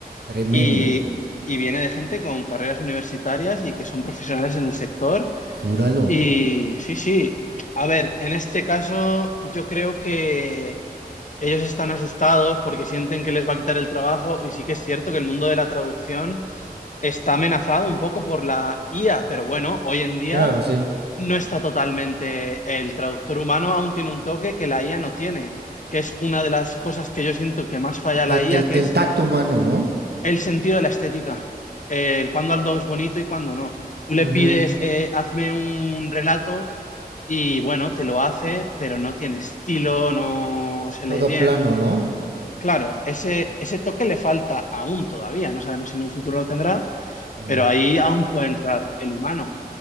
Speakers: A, on the right (about 90°); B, on the left (about 50°).
A: Tremenda.
B: Y, y viene de gente con carreras universitarias y que son profesionales en el sector
A: Júralo.
B: Y sí, sí. A ver, en este caso yo creo que ellos están asustados porque sienten que les va a quitar el trabajo y sí que es cierto que el mundo de la traducción está amenazado un poco por la IA, pero bueno, hoy en día
A: Claro, sí.
B: no está totalmente, el traductor humano aún tiene un toque que la IA no tiene, que es una de las cosas que yo siento que más falla
A: El,
B: la IA,
A: el-
B: que
A: el
B: es
A: tacto humano, ¿no?
B: el sentido de la estética, el cuándo algo es bonito y cuándo no. Tú le
A: Ujú.
B: pides, eh, hazme un relato y bueno, te lo hace, pero no tiene estilo, no se
A: Todo
B: lee bien.
A: plano, ¿no?
B: Claro, ese, ese toque le falta aún todavía, no sabemos si en un futuro lo tendrá,
A: Ujú,
B: pero ahí aún puede entrar el humano.